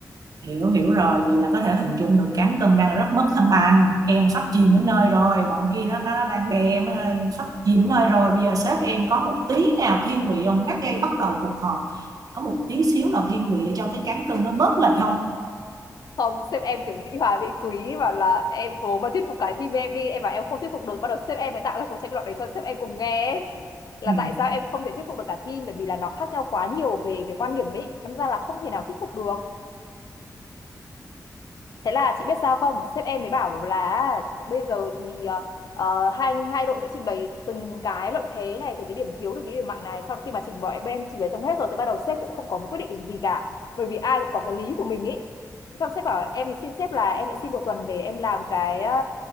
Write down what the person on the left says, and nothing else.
Không, sếp em kiểu dĩ hòa vi quý bảo là em cố mà thuyết phục cái team em đi, em bảo em không thuyết phục được, bắt đầu sếp em mới tạo ra cuộc tranh luận để cho sếp em cùng nghe ấy. Là
tại sao em không thể thuyết phục được cả team bởi vì là nó khác nhau quá nhiều về cái quan điểm ấy, đâm ra là không thể nào thuyết phục được. Thế là chị biết sao không? Sếp em mới bảo là bây giờ thì ờ, ờ, hai hai đội sẽ trình bày từng cái lợi thế này, từng cái điểm yếu, từng cái điểm mạnh này. Sau khi mà trình bày bên trình bày xong hết rồi thì bắt đầu sếp cũng không có quyết định được gì cả. Bởi vì ai cũng có cái lý của mình ý. Xong sếp bảo em xin sếp là em lại xin một tuần để em làm cái ờ,